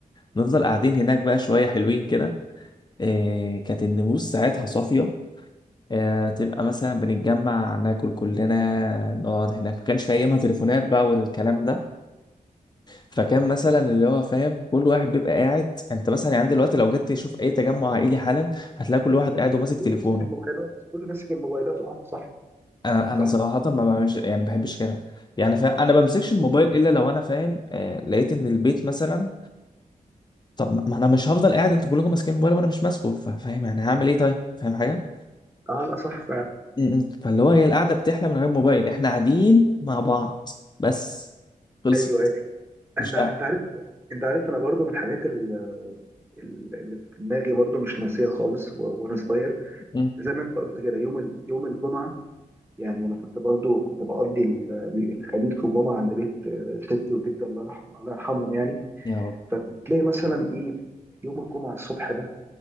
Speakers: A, on the left (about 30°); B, on the right (about 15°).
A: نفضل قاعدين هناك بقى شوية حلوين كده آه كانت النفوس ساعتها صافية آه، تبقى مثلا بنتجمع ناكل كلنا نقعد هناك ما كانش في ايامها تليفونات بقى والكلام ده فكان مثلا اللي هو فاهم كل واحد بيبقى قاعد انت مثلا يعني دلوقتي لو جيت تشوف اي تجمع عائلي حالا هتلاقي كل واحد قاعد وماسك تليفونه
B: كله ماسك الموبايلات كله ماسك الموبايلات اه صح
A: انا انا
B: صح
A: صراحه ما بعملش يعني ما بحبش كده يعني فا انا بمسكش الموبايل الا لو انا فاهم آه لقيت ان البيت مثلا طب ما انا مش هفضل قاعد انتوا كلكم ماسكين الموبايل وانا مش ماسكه فا- فاهم يعني هعمل ايه طيب فاهم حاجه
B: اه لا صح فعلا
A: م-م. فاللي هو هي القعده بتحلى من غير موبايل احنا قاعدين مع بعض بس خلصت
B: ايوه ايوه انت
A: مش
B: انت
A: قاعد
B: عارف انت عارف انا برضو من الحاجات ال- ال- اللي في دماغي برضو مش ناسيه خالص و- وانا صغير
A: م.
B: زي ما انت قلت كده يوم ال- يوم الجمعه يعني انا كنت برضو كنت بقضي ال- ال- الخميس والجمعه عند بيت آه، تيتي وجدي الله يرحمه الله يرحمهم يعني
A: يا رب
B: فتلاقي مثلا ايه يوم الجمعه الصبح ده